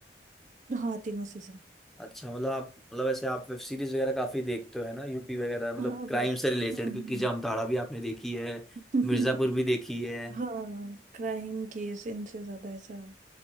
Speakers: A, on the right (about 45°); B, in the centre.
A: हाँ तीनों सीजन
B: अच्छा मतलब आप मतलब ऐसे आप वेब सीरीज वगैरह काफी देखते हो है ना यूपी वगैरह मतलब
A: हाँ
B: क्राइम
A: वेब
B: से रिलेटेड
A: हम्म।
B: क्योंकि जामताड़ा भी आपने देखी है
A: <laughs>
B: मिर्जापुर भी देखी है
A: हाँ क्राइम केस इनसे ज्यादा ऐसा